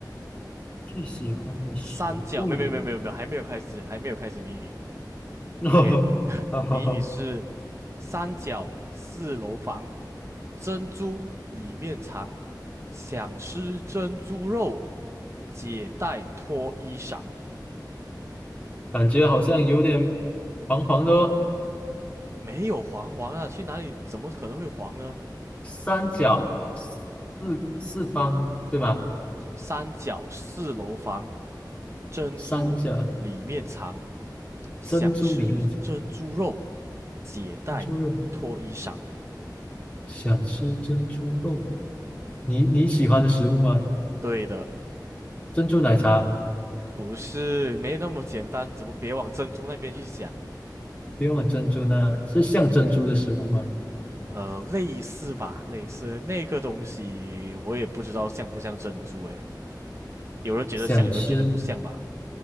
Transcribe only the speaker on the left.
最喜欢的食物。
<laughs>
好好好，
感觉好像有点黄黄的哦。
三角四四方对吧？
三角
珍珠里面是
珍珠肉。想吃珍珠肉，你你喜欢的食物吗？
珍珠奶茶，
不用了珍珠呢，是像珍珠的食物吗？
想吃